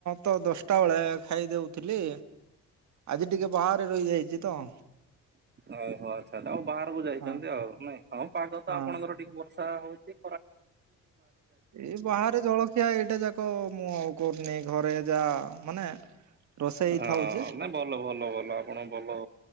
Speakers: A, on the right; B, on the right.
A: ତ ଦଶଟା ବେଳେ ଖାଇ ଦଉଥିଲି ଆଜି ଟିକେ ବାହାରେ ରହିଯାଇଛି ତ
B: ଓହୋ ଆଚ୍ଛା ଆଚ୍ଛା ଆଉ ବାହାରକୁ ଯାଇଛନ୍ତି
A: ହଁ
B: ଆଉ ନାଇଁ। ହଁ ପାଗ ତ
A: ହଁ।
B: ଆପଣଙ୍କର ଟିକେ ବର୍ଷା ହଉଚି
A: ଏଇ ବାହାରେ ଜଳଖିଆ ଏଇଟା ଯାକ ମୁଁ ଆଉ କରିନେଇ ଘରେ ଯାହା ମାନେ ରୋଷେଇ
B: ହଁ
A: ଥାଉଛି
B: ନାଇଁ ଭଲ ଭଲ ଭଲ ଆପଣଙ୍କ ଭଲ